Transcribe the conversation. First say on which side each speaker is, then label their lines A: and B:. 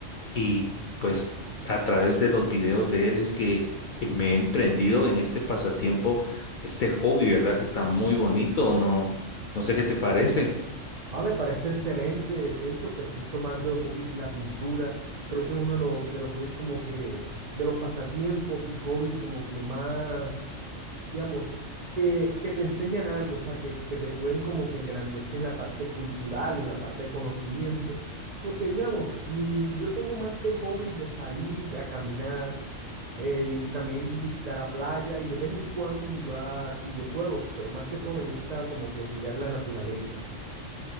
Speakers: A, on the left; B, on the right.
A: Y pues a través de los videos de él es que me he emprendido en este pasatiempo, este hobby, ¿verdad? Que está muy bonito, no, no sé qué te parece.
B: Ah, me parece excelente. De hecho, que estés tomando de hobby la pintura. Creo que es uno de los, de los hobbies como que, de los pasatiempos y hobbies como que más, digamos, que, que te enseñan algo, o sea, que, que te pueden como que engrandecer en la parte cultural, en la parte de conocimiento. Porque, digamos, mi, yo tengo más de hobby de salir a caminar eh, y también visitar a playa y de vez en cuando jugar videojuegos, pero más que todo me gusta como que mirar la naturaleza.